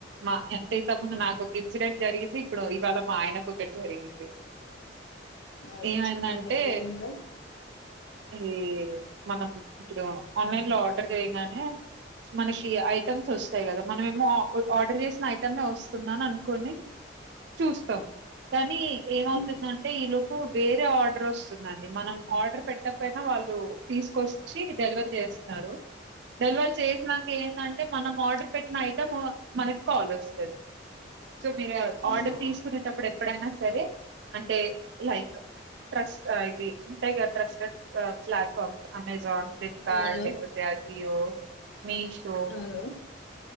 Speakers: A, on the right; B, on the left.
A: మా ఎంతైతకు ముందు నాకు ఒక ఇన్సిడెంట్ జరిగింది ఇప్పుడు ఇవాళ మా ఆయనకు ఒకటి జరిగి
B: అవునా
A: ఏమైందంటే
B: చెప్పండి ఏం జరిగిందో
A: ఈ మనం ఇప్పుడు ఆన్లైన్ లో ఆర్డర్ చేయంగానే మనషీ ఐటమ్స్ వస్తాయి కదా మనం ఏమో <unintelligible> ఆర్డర్ చేసిన ఐటమ్ యే వస్తుందని అనుకోని చూస్తాం కానీ ఏమవుతుందంటే
B: ఉమ్,
A: ఈ లోపు వేరే ఆర్డర్ వస్తుందండి మనం ఆర్డర్ పెట్టకపోయినా వాళ్ళు తీసుకొస్ చ్చి డెలివరీ చేసినారు డెలివరీ చేసినంక ఏందంటే మనం ఆర్డర్ పెట్టిన ఐటము మనకి కాల్ వస్తది సో మీరు
B: అవును
A: ఆర్డర్ తీసుకునేటప్పుడు ఎప్పుడైనా సరే అంటే లైక్ ట్రస్ట్ ఆ ఇది ఉంటాయి గా ట్రస్టెడ్ పి ప్లాట్ఫామ్స్ అమేజాన్ ఫ్లిప్కార్ట్
B: అవును
A: లేకపోతే అజియో మీషో
B: అవును